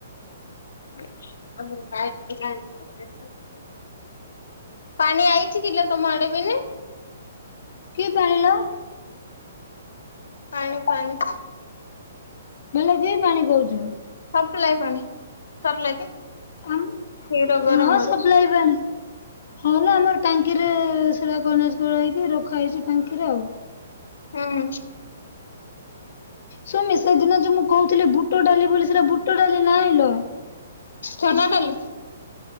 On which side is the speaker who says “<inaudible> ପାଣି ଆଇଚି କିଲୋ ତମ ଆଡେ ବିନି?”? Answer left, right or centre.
Left